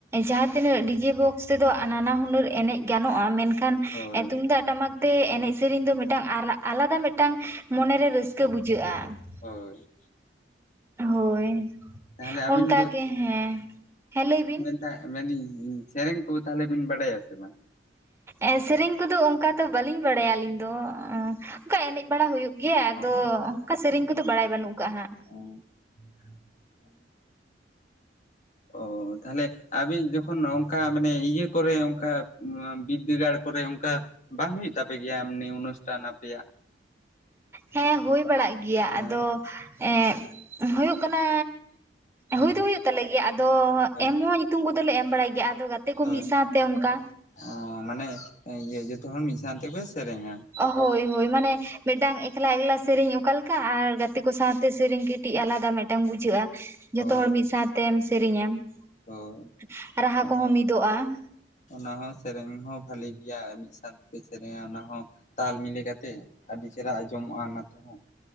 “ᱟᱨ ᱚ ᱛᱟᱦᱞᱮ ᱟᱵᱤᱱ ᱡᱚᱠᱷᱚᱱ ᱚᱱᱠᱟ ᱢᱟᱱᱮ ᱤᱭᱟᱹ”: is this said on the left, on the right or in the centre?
Left